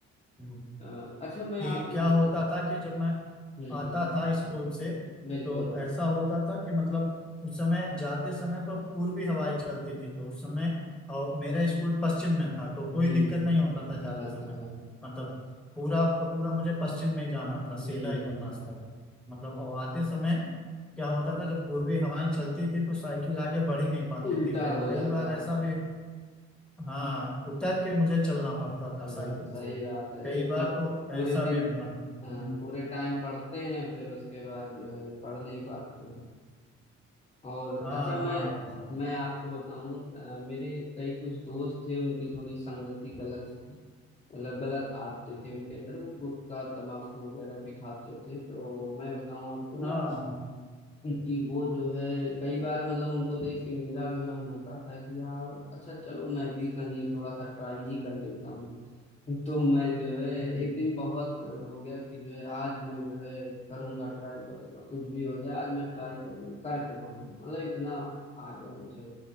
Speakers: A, in the centre; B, on the left (about 20°).
A: हम्म,
B: अ, अच्छा मैं
A: कि
B: आपको
A: क्या
B: बता
A: होता था कि जब मैं
B: हम्म
A: आता
B: हम्म
A: था स्कूल से
B: बिल्कुल
A: तो ऐसा होता था कि मतलब उस समय जाते समय तो पूर्वी हवाएं चलती थी तो उस समय और मेरा स्कूल पश्चिम में था तो कोई
B: हम्म
A: दिक्कत नहीं होता था जाते
B: अच्छा
A: समय मतलब पूरा आपका पूरा मुझे पश्चिम में ही जाना था
B: हम्म
A: सीधा एकदम रास्ता मतलब और आते समय क्या होता था जब पूर्वी हवाएं चलती थी तो साइकिल आगे बढ़ ही नहीं पाती
B: उल्टा
A: थी कई
B: हो
A: कई
B: जाता
A: बार
B: था
A: ऐसा भी हाँ उतर के मुझे चलना पड़ता
B: हम्म
A: था साइकिल
B: सही
A: से
B: बात है
A: कई
B: एक
A: बार
B: तो
A: तो
B: पूरे
A: ऐसा
B: दिन
A: भी मतलब
B: अ,
A: हम्म,
B: पूरे टाइम पढ़ते हैं फिर उसके बाद जो है, पढ़ नहीं पाते हैं और
A: हाँ
B: अच्छा मैं
A: हाँ
B: मैं आपको बताऊं अ, मेरे कई कुछ दोस्त थे उनकी थोड़ी संगति गलत मतलब गलत आदतें थी उनके अंदर वो गुटखा तंबाकू वगैरह भी खाते थे तो मैं बताऊं आपको ना
A: हाँ हाँ
B: जी वो जो है कई बार मतलब उनको देख के मेरा भी मन होता था कि यार अच्छा चलो मैं भी कहीं थोड़ा सा ट्राई ही कर लेता हूँ तो मैं जो है
A: हम्म,
B: एक दिन बहुत हो गया कि जो है आज मैं जो है करूँगा ट्राई करूँगा कुछ भी हो जाए आज मैं ट्राई करूँगा करके कहूँगा मतलब इतना आ गया मुझे